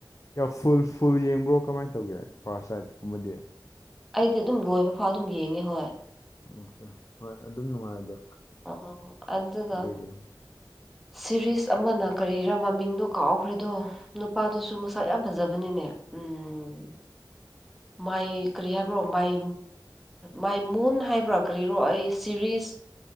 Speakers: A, on the left; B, in the centre.
A: ꯐꯨꯜ ꯐꯨꯜ ꯌꯦꯡꯕ꯭ꯔꯣ ꯀꯃꯥꯏ ꯇꯩꯒꯦ ꯄ꯭ꯔꯥꯁꯥꯏꯠꯀꯨꯝꯕꯗꯤ
B: ꯑꯩꯗꯤ ꯗꯨꯝ ꯂꯣꯏꯕ ꯐꯥꯎ ꯑꯗꯨꯝ ꯌꯦꯡꯉꯦ ꯍꯣꯏ
A: <unintelligible> ꯍꯣꯏ ꯑꯗꯨꯝ ꯅꯨꯡꯉꯥꯏꯗ
B: ꯑꯣ ꯑꯣ ꯑꯣ ꯑꯗꯨꯒ
A: ꯑꯗꯨꯒꯤꯗꯣ
B: ꯁꯤꯔꯤꯁ ꯑꯃꯅ ꯀꯔꯤꯔ ꯃꯃꯤꯡꯗ‌ꯣ ꯀꯥꯎꯈ꯭ꯔꯦꯗꯣ ꯅꯨꯄꯥꯗꯨꯁꯨ ꯃꯁꯛ ꯌꯥꯝ ꯐꯖꯕꯅꯤꯅꯦ ꯎꯝ ꯃꯥꯏ ꯀꯔꯤ ꯍꯥꯏꯕ꯭ꯔꯣ ꯃꯥꯏ ꯃꯥꯏ ꯃꯨꯟ ꯍꯥꯏꯕ꯭ꯔꯥ ꯀꯔꯤꯔꯣ ꯑꯩ ꯁꯤꯔꯤꯁ